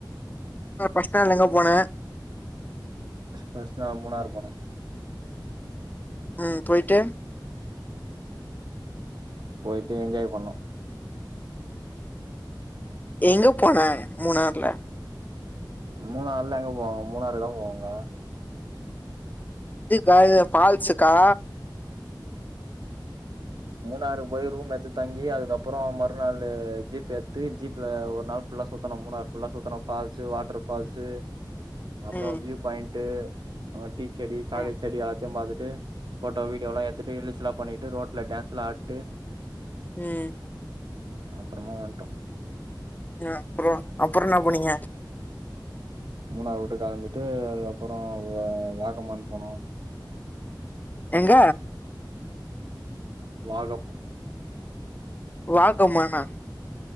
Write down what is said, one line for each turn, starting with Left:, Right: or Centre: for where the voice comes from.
Left: பஸ்ட் அங்க எங்க போனே
Right: பஸ்ட் நா மூணாறு போனே
Left: உம் போயிட்டு
Right: போயிட்டு என்ஜாய் பண்ணோ
Left: எங்க போனா மூணாறுல
Right: மூணாறுல எங்க போவாங்க மூணாறுதா போவாங்க
Left: இதுக்கா இல்ல ஃபால்ஸ்கா
Right: மூணாறு போய் ரூம் எத்து தங்கி அதுக்கப்பறொம் மறுநாளு ஜீப் எத்து ஜீப்ல ஒரு நாள் ஃபுல்லா சுத்தனும் மூணாறு ஃபுல்லா சுத்தனும் ஃபால்ஸு வாட்ர் ஃபால்ஸு அப்பறொ
Left: ம்
Right: வியூ பாயிண்ட் ட்டு அவ டீ செடி சாக்லெட்
Left: ம்
Right: செடி ஆத் தெம் பாத்துட்டு ஃபோட்டோ வீடியோலா எடுத்துட்டு ரீல்ஸ்ல்லா பண்ணிட்டு ரோட்ல டான்ஸ் விளாட்டு
Left: ம்
Right: அப்பறமா வன்ட்டோ
Left: ங்க அப்புறொ அப்புறொ என்ன போனீங்க
Right: மூணாறு வுட்டு கெளம்பிட்டு அதுக்கப்பறொ வ வாகமான் போனோ
Left: எங்க
Right: வாகம்
Left: வாகமனா